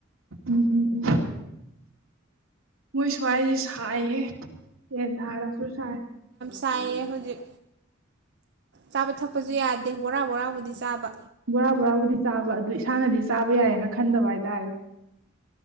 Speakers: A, on the right (about 85°); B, on the right (about 55°).
A: ꯎꯝ ꯎꯝ ꯎꯝ ꯃꯣꯏꯁꯨ ꯁ꯭ꯋꯥꯏꯁꯦ ꯁꯥꯏꯍꯦ ꯌꯦꯟ ꯊꯥꯔꯁꯨ ꯁꯥꯏ
B: ꯆꯥꯏꯌꯦ ꯍꯧꯖꯤꯛ ꯆꯥꯕ ꯊꯛꯄꯁꯨ ꯌꯥꯗꯦ ꯕꯣꯔꯥ ꯕꯣꯔꯥꯕꯨꯗꯤ ꯆꯥꯕ
A: ꯕꯣꯔꯥ ꯕꯣꯔꯥꯕꯨꯗꯤ ꯆꯥꯕ ꯑꯗꯨ ꯏꯁꯥꯅꯗꯤ ꯆꯥꯕ ꯌꯥꯏꯌꯦꯅ ꯈꯟꯗꯕ ꯍꯥꯏꯇꯥꯔꯦ